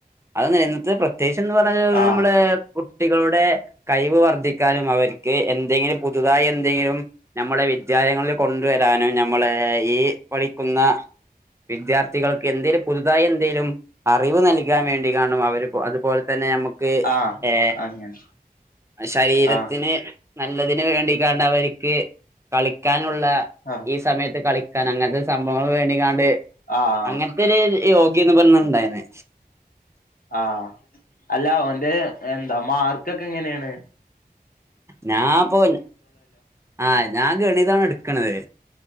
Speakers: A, on the right (about 15°); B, on the left (about 65°).
A: അത് നിത് പ്രത് ത്യേശം എന്ന് പറഞ്ഞാത്‌
B: ആഹ്
A: നമ്മളേ കുട്ടികളോട് ടെ കഴിവ് വർദ്ധിക്കാനും അവര്ക്ക് എന്തെങ്കിലും പുതുതായി എന്തെങ്കിലും നമ്മളെ വി വിദ്യാലയങ്ങളില് കൊണ്ടുവരാനും നമ്മളേ ഈ പഠിക്കുന്ന വിദ്യാർത്ഥികൾക്ക് എന്തേലും പുതുതായി എന്തേലും അറിവ് നൽകാൻ വേണ്ടികാണും അവര് അതുപോൽ തന്നെ നമു ക്ക്
B: ആഹ്
A: ഏ
B: അങ്ങനെ
A: ശരീരത്തിന്
B: ആഹ്
A: നല്ലതിന് വേണ്ടിക്കാണ്ടവര്ക്ക് കളിക്കാൻ. നുള്ള
B: ആഹ്
A: ഈ സമയത്ത് കളി ക്കാൻ അങ്ങൻത്തെ സംഭവങ്ങൾ വേണ്ടിക്കാണ്ട്
B: ആഹ്
A: അങ്ങൻത്തെരേര് യോഗിന്ന് പർഞ്ഞ്ണ്ടായിന്ന്
B: ആഹ് അല്ല ഓന്റെ എന്താ മാർക്കൊക്കെ എങ്ങനേണ്.
A: ഞാപ്പൊ ആഹ് ഞാൻ ഗണിതാണ് എടുക്കണത്